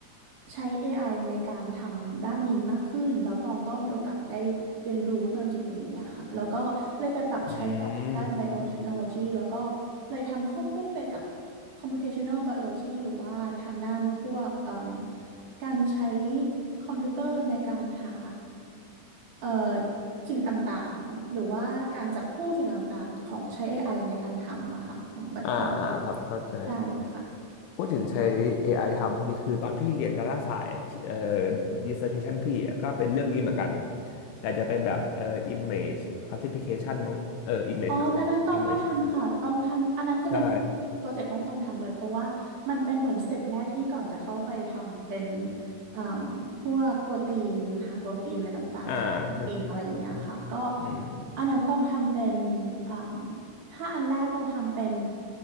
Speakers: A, on the right; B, on the left.
A: ใช้ AI ในการทำด้านนี้มากขึ้นแล้วตองก็มีโอกาสได้เรียนรู้ตรงจุดนี้อะค่ะแล้วก็เลยไปปรับใช้กับทางด้าน
B: อืม
A: biotechnology แล้วก็เลยทำควบคู่ไปกับ computational biology หรือว่าทางด้านพวกเอ่มการใช้คอมพิวเตอร์ในการหาเอ่อสิ่งต่างๆหรือว่าการจับคู่สิ่งต่างๆของใช้ AI ในการทำอะค่ะของ bio-
B: อ่าอ่าครับเข้าใจ
A: ของ bio ใช่ค่ะ
B: พูดถึงใช้ AI ทำพวกนี้คือตอนพี่เรียนดาราศาสตร์อะที่เอ่อ dissertation พี่อะก็เป็นเรื่องนี้เหมือนกันแต่จะเป็นแบบเอ่อ image classification มั้งเออ image
A: อ๋ออันนั้นตองก็ทำค่ะตองทำอันนั้นจะเป็นโปรโปรเจกต์แรกที่ต้องทำเลยเพราะว่ามันเป็นเหมือนสเต็ปแรกที่ก่อนจะเข้าไปทำเป็น
B: image ใช่
A: อ่มพวกโปรตีนหาโปรตีนอะไรต่างๆจากโปรตีนอะไรอย่างเงี้ยค่ะก็
B: อ่าใช่ใช่อืม
A: อันนั้นต้องทำเป็นอ่มถ้าอันแรกต้องทำเป็น